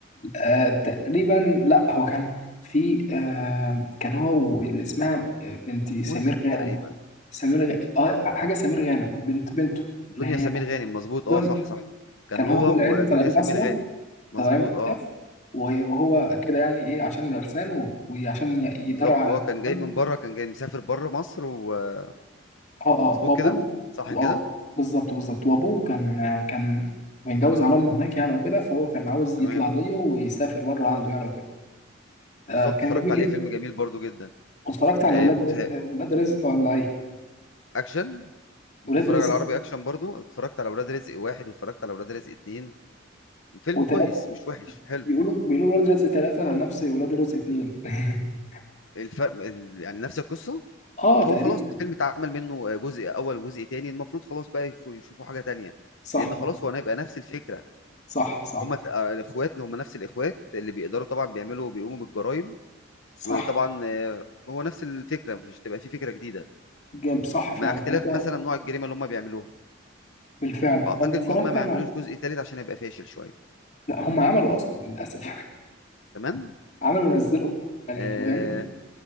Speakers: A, on the left (about 35°); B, on the left (about 80°).
A: آه تقريبا لأ هو كان في آه كان هو واللي اسمها آه، بنت سمير
B: منى زكي
A: غانم
B: تقريبا
A: سمير غ... آه حاجة سمير غانم بنت بنته
B: دنيا
A: اللي هي
B: سمير غانم مظبوط اه
A: دنيا
B: صح صح كان
A: كان
B: هو
A: هو والعيلة
B: ودنيا
A: طالعين
B: سمير
A: مصيف
B: غانم مظبوط
A: تمام
B: اه
A: مصيف و- وهو كده يعني ايه عشان العرسان و- وعشان ي- يداروا
B: بالظبط
A: على
B: هو
A: المحمد
B: كان جاي من بره كان جاي مسافر بره مصر ومظبوط
A: اه اه وابوه
B: كده صح
A: واه
B: كده
A: بالظبط بالظبط وابوه كان كان متجوز على امه هناك يعني وكده فهو كان عاوز
B: تمام
A: يطلع زيه ويسافر بره عنده يعني وكده آه
B: بالظبط
A: كان
B: اتفرجت
A: جميل
B: عليه
A: جدا
B: فيلم جميل برضو جدا
A: واتفرجت على
B: آه،
A: ولاد
B: بت...
A: ر- ولاد رزق ولا ايه
B: اكشن بتتفرج
A: ولاد رزق
B: على عربي اكشن برضو اتفرجت على ولاد رزق واحد واتفرجت على ولاد رزق اتنين فيلم
A: وتلاتة
B: كويس مش وحش حلو
A: بيقولوا بيقولوا ولاد رزق ثلاثة نفس ولاد رزق اتنين <laughs>
B: الفرق ال- يعني نفس القصة
A: اه تقريبا
B: هو خلاص الفيلم اتعمل منه جزء أول وجزء تاني المفروض خلاص بقى يف- يشوفوا حاجة تانية
A: صح
B: لأن خلاص هو هيبقى نفس الفكرة
A: صح صح
B: هما ت- آه، الإخوات هما نفس الإخوات اللي بيقدروا طبعا بيعملوا بيقوموا بالجرائم
A: صح
B: وطبعا آه، هو نفس الفكرة مش تبقى في فكرة جديدة
A: جامد صح فعلا
B: مع اختلاف
A: انت
B: مثلا نوع الجريمة اللي هما بيعملوها
A: بالفعل هو
B: فأعتقد
A: انت
B: إن
A: اتفرجت
B: هما ما
A: على
B: يعملوش جزء تالت عشان هيبقى فاشل شوية
A: لا هم عملوا اصلا للاسف
B: تمام
A: <laughs> عملوا ونزلوا يعني
B: آه
A: فاهمني